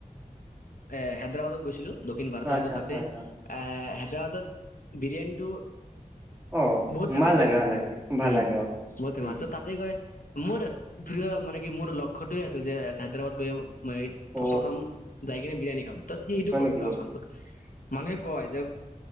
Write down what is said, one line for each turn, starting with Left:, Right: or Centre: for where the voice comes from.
Left: এ হেদৰাবাদত গৈছিলো, দক্ষিণ ভাৰতৰ
Right: আচ্ছা
Left: তৰ তাতে
Right: হয় হয়
Left: এ, হেদৰাবাদত বিৰিয়ানীটো
Right: অ'
Left: বহুত ফেমাচ
Right: মা লাগে, মা লাগে। ভাল
Left: উম
Right: লাগে অ'।
Left: বহুত ফেমাচ।
Right: উম
Left: চ' তাতে গৈ, মোৰ প্ৰিয় মানে কি মোৰ লক্ষ্যটোৱে আছিল যে হাদৰাবাদ গৈ মই
Right: অ
Left: প্ৰথম যায় কিনে বিৰিয়ানী খাম, ত'ত সেইটো
Right: হয়
Left: কৰিলো
Right: নেকি
Left: কাম ৰ্ফাষ্ট। মানুহে কয় যে